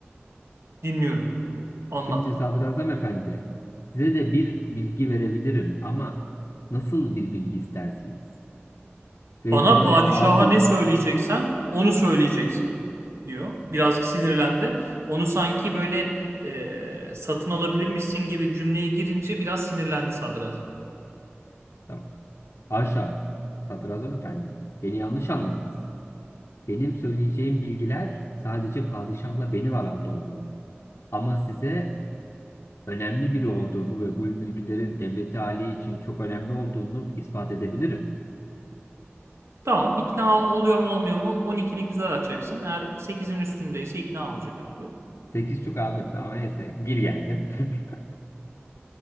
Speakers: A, on the right; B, on the left.
A: Dinliyorum. Anlat
B: Şimdi
A: bana.
B: sadrazam efendi, size de bir bilgi verebilirim ama nasıl bir bilgi istersiniz? Vezire
A: Bana padişaha
B: altın...
A: ne söyleyeceksen onu söyleyeceksin diyor. Birazcık sinirlendi. Onu sanki böyle e, satın alabilirmişsin gibi cümleye girince biraz sinirlendi sadrazam.
B: Tamam. Haşa. Sadrazam efendi, beni yanlış anladınız. Benim söyleyeceğim bilgiler sadece padişahla benim aramda olmalı. Ama size önemli biri olduğumu ve bu bilgilerin devleti hali için çok önemli olduğunu ispat edebilirim.
A: Tamam ikna oluyor mu olmuyor mu 12'lik bir zar atacaksın. Eğer 8'in üstündeyse ikna olacak abi.
B: Sekiz çok abi. Tamam neyse. Bir geldi. <laughs>